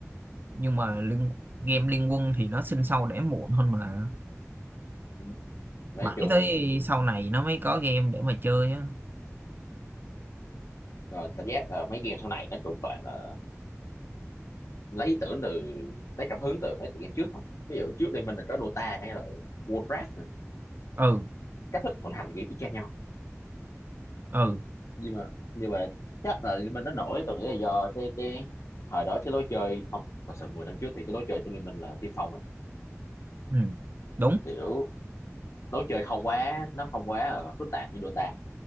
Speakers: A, on the right; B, on the left.
A: nhưng mà liên game Liên Quân thì nó sinh sau đẻ muộn hơn mà
B: Ừ. nói
A: mãi
B: chung
A: tới sau này nó mới có game để mà chơi á
B: rồi cảm giác là mấy game sau này nó cũng toàn là lấy ý tưởng từ lấy cảm hứng từ mấy tựa game trước không ví dụ trước Liên Minh là có Dota hay là Warcraft nè
A: ừ
B: cách thức vận hành game y chang nhau
A: ừ
B: nhưng mà nhưng mà chắc là Liên Minh nó nổi tôi nghĩ là do cái cái thời đó cái lối chơi không thật sự 10 năm trước thì cái lối chơi của Liên Minh là tiên phong rồi
A: ừ đúng
B: kiểu lối chơi không quá nó không quá là phức tạp như Dota